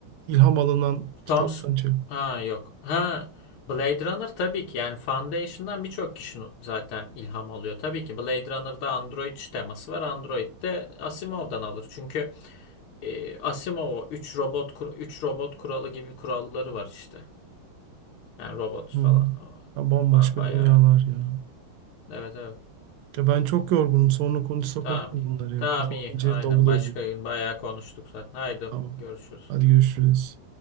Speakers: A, on the right; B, on the left.
A: ilham alınan kitaptan
B: Tom Sc-
A: çek.
B: ha yok. Ha Blade Runner tabii ki yani Foundation'dan birçok kişi zaten ilham alıyor. Tabii ki Blade Runner'da Android teması var. Android de Asimov'dan alır. Çünkü e, Asimov o 3 robot kur- üç robot kuralı gibi kuralları var işte. Yani robot
A: Hı
B: falan
A: hı.
B: o
A: Ya bambaşka
B: ba- bayağı
A: dünyalar ya.
B: Hı. Evet evet.
A: Ya ben çok yorgunum. Sonra konuşsak
B: Tamam
A: olur mu
B: iyi.
A: bunları ya?
B: Tamam
A: Kafam
B: iyi.
A: iyice
B: Aynen.
A: davul
B: Başka
A: oldu.
B: gün bayağı konuştuk zaten. Haydi
A: Tamam.
B: görüşürüz.
A: Hadi görüşürüz.